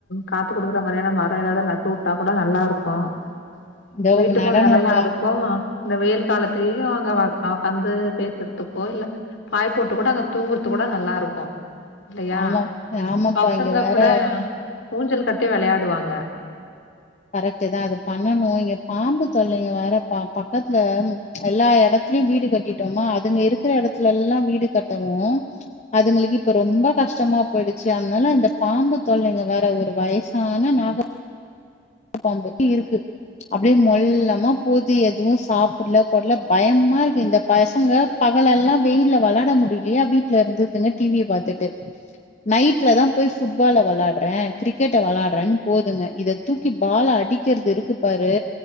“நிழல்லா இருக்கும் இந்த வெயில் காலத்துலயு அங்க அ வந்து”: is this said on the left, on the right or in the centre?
Left